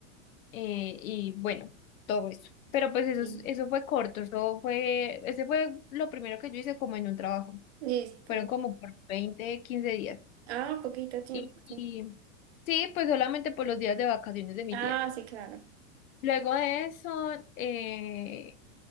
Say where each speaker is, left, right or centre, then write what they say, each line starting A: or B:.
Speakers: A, on the left; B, on the right.
A: eh, y bueno, todo eso. Pero pues eso,
B: sí.
A: es- eso fue corto, eso fue, ese fue lo primero que yo hice como en un trabajo.
B: Listo.
A: Fueron como por 20 15 días.
B: Ah, poquito tiempo,
A: Y,
B: sí.
A: y sí, pues solamente por los días de vacaciones de mi
B: Ah,
A: tía.
B: sí, claro.
A: Luego de eso, eh,